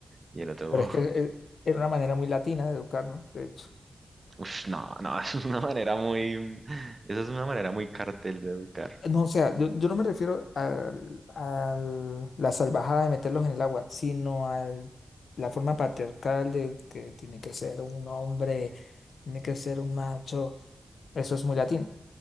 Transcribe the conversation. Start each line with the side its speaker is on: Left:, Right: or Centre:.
Right: Y el otro,
Left: Pero es que eh, era una manera muy latina de educarnos, de hecho.
Right: Uf, no, no, <laughs> es una manera muy, esa es una manera muy cartel de educar.
Left: No, o sea, yo, yo no me refiero al- a la salvajada de meterlos en el agua, sino a la forma patriarcal de que tiene que ser un hombre, tiene que ser un macho. Eso es muy latino.